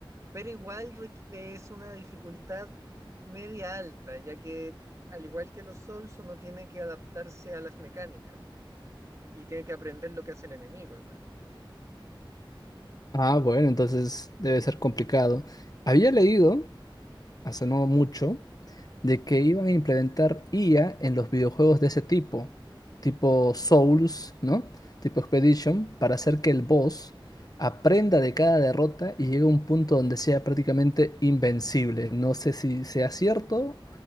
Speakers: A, on the right (about 35°); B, on the left (about 45°).
A: pero igual requ- es una dificultad media alta, ya que al igual que los Souls, uno tiene que adaptarse a las mecánicas y tiene que aprender lo que hace el enemigo igual.
B: Ah, bueno, entonces debe ser complicado. Había leído, hace no mucho, de que iban a implementar IA en los videojuegos de ese tipo, tipo Souls, ¿no? Tipo Expedition, para hacer que el boss aprenda de cada derrota y llegue a un punto donde sea prácticamente invencible. No sé si sea cierto